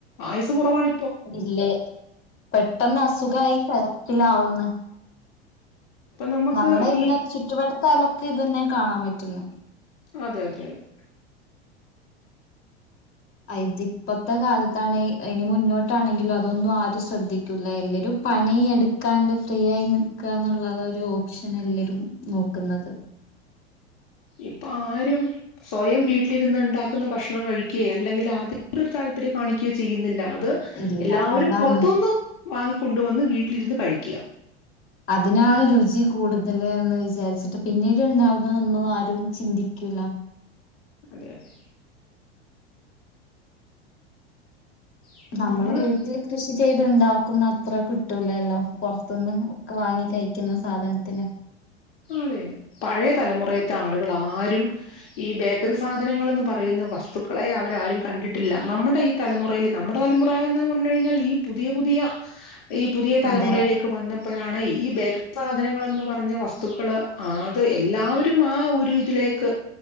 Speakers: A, on the left (about 55°); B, on the left (about 40°).
A: ആയുസ് കൊറവാണിപ്പോ.
B: ഇല്ലെ പെട്ടന്ന് അസുഖായി കെടപ്പിലാവുന്ന്.
A: ഇപ്പൊ നമുക്ക്
B: നമ്മുടെ ഇവടെ
A: ഈ
B: ചുറ്റുവട്ടത്തായാലൊക്കെ ഇതെന്നെ കാണാൻ പറ്റുന്നെ.
A: അതെ അതെ അതെ.
B: അഹ്ര്തി ഇപ്പത്തെ കാലത്താണ് ഇനി മുന്നോട്ടാണെങ്കിലും അതൊന്നും ആരും ശ്രദ്ധി ക്കൂലാ എല്ലരും പണി എടുക്കാണ്ട് ഫ്രീ ആയി നിക്കാന്ന് ഇള്ളെത് ഒരു ഓപ്ഷെൻ എല്ലരും. നോക്ക്ന്നെത്.
A: ഇപ്പ ആരും. സ്വയം വീട്ടിൽ ഇര്ന്ന് ഇണ്ടാക്കുന്ന ഭക്ഷണം കഴിക്കെ അല്ലെങ്കിൽ അതിൽ ഒരു താല്പര്യം കാണിക്കുകയോ ചെയ്യുന്നില്ല അത്.
B: ഇല്ല
A: എല്ലാവരും
B: അതാണ്
A: പുറത്തുന്ന് വാങ്ങിക്കൊണ്ട് വന്ന് വീട്ടിൽ ഇരുന്ന് കഴിക്ക്യാ
B: അതിനാണ് രുചി കൂട് തെൽന്ന് വിചാരിച്ചിട്ട് പിന്നീട് ഇണ്ടാവുന്ന തൊന്നും ആരും ചിന്തിക്കൂലാ
A: അതെ അതെ. അപ്പൊ
B: നമ്മൾ
A: നമ്മള്
B: വീട്ടിൽ കൃഷി ചെയ്ത് ഇണ്ടാക്കുന്ന അത്ര കിട്ടൂലല്ലോ പൊറത്ത്ന്ന് ഒക്കെ വാങ്ങി കഴിക്ക്ന്ന സാധൻത്തിന്.
A: അതെ അതെ പഴെ തലമുറെത്തെ ആളുകൾ ആരും. ഈ ബേക്കറി സാധനങ്ങൾന്ന് പറയുന്ന വസ്തുക്കളെ അവരാരും കണ്ടിട്ട് ഇല്ല നമ്മുടെ ഈ തലമുറെൽ നമ്മുടെ തലമുറയെന്ന് പർണ് കഴിഞ്ഞാൽ ഈ പുതിയ പുതിയ. ഈ പുതിയ തലമുറയിലേക്ക്
B: അതെ
A: വന്നപ്പഴാണ് ഈ ബേക് സാധനങ്ങൾ എന്ന് പറഞ്ഞ വസ് തുക്കെൾ ആത് എല്ലാവരും ആ ഒരു ഇതിലേക്ക്